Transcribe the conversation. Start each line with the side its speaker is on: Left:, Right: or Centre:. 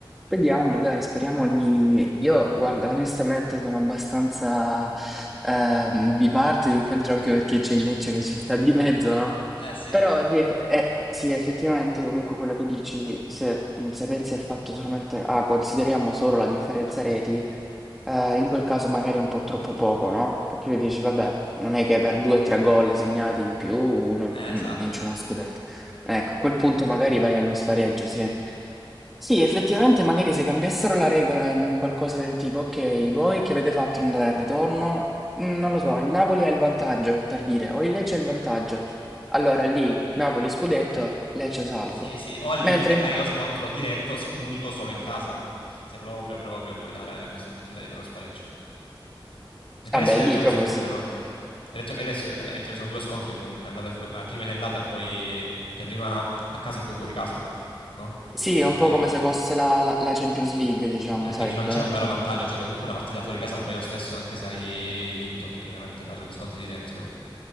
Centre: vediamo, dai, speriamo di... Io, guarda, onestamente sono abbastanza ehm, biparte, più che altro anche perché c'è il Lecce che ci sta di mezzo, no?
Left: Eh sì,
Centre: Però
Left: lo so, lo so.
Centre: sì, eff- eh, sì, effettivamente comunque quello che dici, se, mhmm, se pensi al fatto solamente, ah, consideriamo solo la differenza reti, eh, in quel caso magari è un po' troppo poco, no? Perché io dici, vabbè, non è che per due o tre gol segnati in più uno
Left: Eh, esatto,
Centre: mm, vince
Left: sì.
Centre: uno scudetto. Ecco, a quel punto magari vai allo spareggio, sì. Sì, effettivamente magari se cambiassero la regola in un qualcosa del tipo, ok, voi che avete fatto in andare al ritorno? Mm, Non lo so, il Napoli ha il vantaggio, per dire, o il Lecce ha il vantaggio. Allora lì, Napoli scudetto, Lecce salvo.
Left: Sì, sì, o al limite
Centre: Mentre,
Left: fai lo scontro diretto s- unico solo in casa, se proprio, proprio vuoi dare questa opportunità di fare lo spareggio. Perché
Centre: vabbè,
Left: adesso hai
Centre: lì
Left: detto che
Centre: proprio
Left: sono due,
Centre: sì.
Left: no? Hai detto, hai adesso- hai detto che sono due scontri comunque, andata e fuori, ah, prima di andata e poi, cioè prima a casa e poi fuori casa, no?
Centre: Sì,
Left: Se
Centre: è un
Left: ho capito
Centre: po' come
Left: bene.
Centre: se fosse la, la- la Champions League, diciamo,
Left: Eh, quindi
Centre: sai,
Left: non
Centre: andare
Left: c'è
Centre: al
Left: un
Centre: ritorno.
Left: vero vantaggio, cioè comunque una partita fuori casa la fai lo stesso, anche se hai vinto tecnicamente per gli scontri diretti, no?